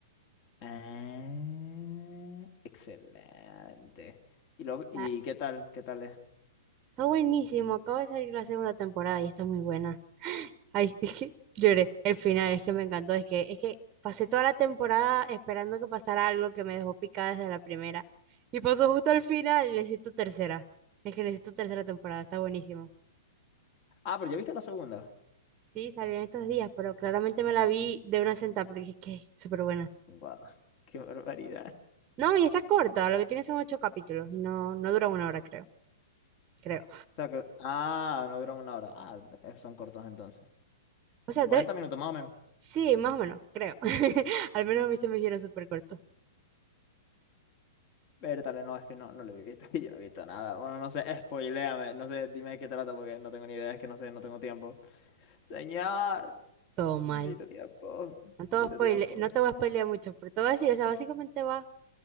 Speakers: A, on the left; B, on the right.
A: Ah, excelente. ¿Y, lo, y
B: Ah,
A: qué tal? ¿Qué tal es?
B: Está buenísimo. Acaba de salir la segunda temporada y está muy buena. Ay, <laughs> es que lloré. El final es que me encantó. Es que, es que pasé toda la temporada esperando que pasara algo que me dejó picada desde la primera. Y pasó justo al final. Necesito tercera. Es que necesito tercera temporada. Está buenísimo.
A: Ah, pero ya viste la segunda.
B: Sí, salió en estos días, pero claramente me la vi de una sentada porque es que es súper buena.
A: Guau, <laughs> qué barbaridad.
B: No, y está corta. Lo que tiene son ocho capítulos. y No, no dura una hora, creo. Creo.
A: O sea que, ah, no duran una hora. Ah, eh, son cortos entonces.
B: O
A: Como
B: sea,
A: 40
B: de-
A: minutos más o menos.
B: Sí, más o menos, creo. <laughs> Al menos a mí se me hicieron súper cortos
A: Vértale, no, es que no, no lo he visto. <laughs> Yo no he visto nada. Bueno, no sé, spoiléame. No sé, dime de qué trata porque no tengo ni idea. Es que no sé, no tengo tiempo. Señor,
B: Todo mal.
A: necesito tiempo.
B: No te
A: Necesito
B: voy a spoile-
A: tiempo.
B: no te voy a spoilear mucho, pero te voy a decir, o sea, básicamente va